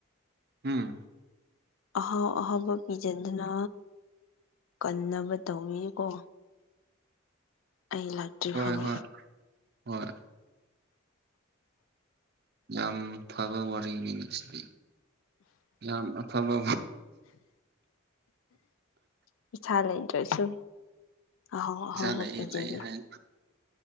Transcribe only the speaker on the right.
ꯎꯝ꯫
ꯍꯣꯏ
ꯍꯣꯏ ꯍꯣꯏ ꯌꯥꯝ ꯐꯕ ꯋꯥꯔꯤꯅꯤꯅꯦ ꯁꯤꯗꯤ꯫ ꯌꯥꯝ ꯑꯐꯕ꯫
ꯄꯩꯁꯥ
ꯂꯩ
ꯂꯩ ꯍꯥꯏ